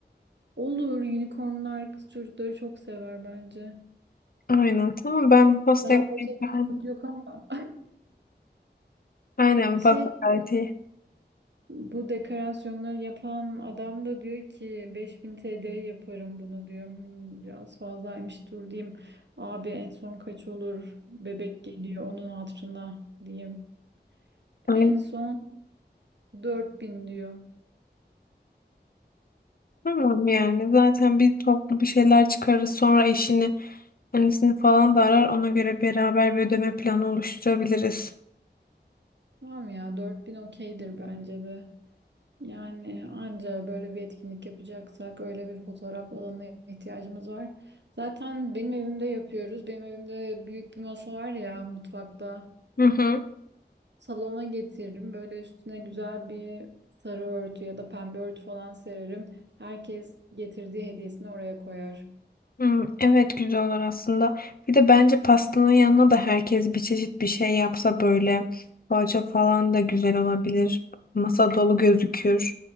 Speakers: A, on the right; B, on the left.
A: Olur, unicornlar kız çocukları çok sever bence.
B: Aynen. Tamam ben bu pastayı
A: Daha fazla
B: beğendim.
A: çocuk yok ama. <laughs>
B: Aynen
A: Şey,
B: bak gayet iyi.
A: bu dekorasyonları yapan adam da diyor ki 5000 TL yaparım bunu diyor. Hmm, Biraz fazlaymış dur diyeyim. Abi en son kaç olur? Bebek geliyor onun hatırına diyeyim.
B: Aynen.
A: En son 4000 diyor.
B: Tamam yani zaten bir toplu bir şeyler çıkarırız sonra eşini annesini falan da arar ona göre beraber bir ödeme planı oluşturabiliriz.
A: Tamam ya 4000 okeydir bence de. Yani anca böyle bir etkinlik yapacaksak öyle bir fotoğraf alanına ihtiyacımız var. Zaten benim evimde yapıyoruz. Benim evimde büyük bir masa var ya mutfakta.
B: Hı hı.
A: Salona getiririm. Böyle üstüne güzel bir sarı örtü ya da pembe örtü falan sererim. Herkes getirdiği hediyesini oraya koyar.
B: Hmm, evet güzel olur aslında. Bir de bence pastanın yanına da herkes bir çeşit bir şey yapsa böyle poğaça falan da güzel olabilir. Masa dolu gözükür.